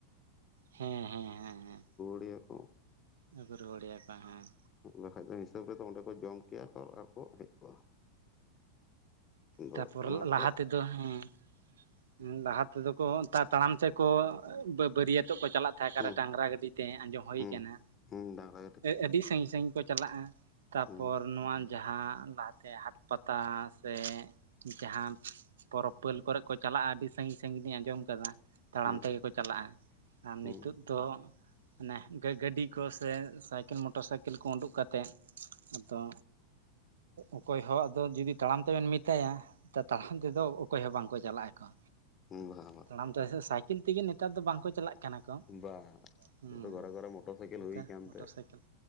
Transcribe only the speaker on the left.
ᱠᱩᱭᱟᱹᱠᱚ
ᱵᱟᱠᱷᱟᱱ ᱫᱚ ᱦᱤᱥᱟᱹᱵ ᱨᱮᱫᱚ ᱚᱸᱰᱮ ᱠᱚ ᱡᱚᱢ ᱠᱮᱭᱟ ᱠᱚ ᱟᱨᱠᱚ ᱦᱮᱡ ᱠᱚᱜᱼᱟ᱾ ᱟᱫᱚ
ᱚᱱᱟᱛᱮ
ᱦᱩᱸ
ᱦᱩᱸ
ᱦᱩᱸ ᱰᱟᱝᱨᱟ ᱜᱟᱹᱰᱤ ᱛᱮ
ᱦᱩᱸ
ᱦᱩᱸ
ᱦᱩᱸ
ᱦᱩᱸ ᱵᱟ ᱵᱟ
ᱵᱟ
ᱜᱚᱨ ᱜᱚᱨ ᱢᱚᱴᱚᱨ ᱥᱟᱭᱠᱮᱞ
ᱦᱩᱭ ᱟᱠᱟᱱ
ᱛᱮ